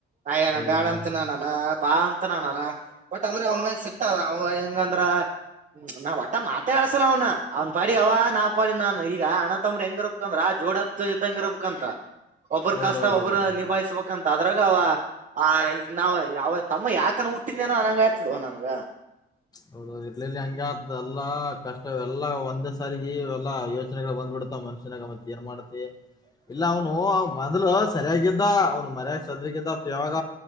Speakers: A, on the right (about 40°); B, on the left (about 20°).
A: ನಏನ
B: ಏ
A: ಬ್ಯಾಡ
B: ಇಲ್ಲ
A: ಅಂತ ನ. ಅಲ್ಲ ಬಾ ಅಂತ ನಾನಲ್ಲ ಬಟ್ ಅಂದ್ರೆ ಅವ ಮ್ಯಾಗ ಸಿಕ್ತ ಅವ ಹೆಂಗಂದ್ರ. ಹ್ಮ್ ನಾವ್ ಒಟ್ಟ ಮಾತಾ ಆಡ್ಸಲ್ಲ ಅವನ. ಅವ್ನ್ ಪಾಡಿಗ್ ಅವ ನಾ ಪಾಡಿಗ್ ನಾನು ಈಗ ಅಣತಂಬ್ರ ಹೆಂಗ ರಬಕಂದ್ರ ಆ ಜೋಡೆತ್ತು ಇದ್ದಂಗ ರಬಕಂತ. ಒಬ್ಬ್ರ
B: ಹೌದೌದೌದು
A: ಕಷ್ಟ ಒಬ್ಬ್ರ ನಿಭಾಯಿಸ್ಬೇಕಂತ ಅದ್ರಾಗ ಅವ ಆ. ನಾವವು ಯಾವ ತಮ್ಮ ಯಾಕ ಹುಟ್ಟಿದೇನೋ ಅನಂಗ ಆಯತದವ ನನಗ.
B: ಹೌದ್ ಇರ್ಲಿಲ್ಲಿ ಹಂಗ ಎಲ್ಲಾ ಕಷ್ಟ ಎಲ್ಲಾ ಒಂದೇ ಸಾರಿಗೆ ಎಲ್ಲಾ ಯೋಚನೆಗಳು ಬಂದ್ಬಿಡ್ತಾವ ಮನುಷ್ಯ. <unintelligible> ಏನ್ ಮಾಡುತ್ತೆ.
A: ಹ. <unintelligible>
B: ಇಲ್ಲ ಅವನು ಮೊದ್ಲು ಸರಿಯಾಗಿದ್ದ ಅವನು. ಮರ್ಯಕ್ ಸದ್ರಿಗೀತಾಪ್ ಇವಾಗ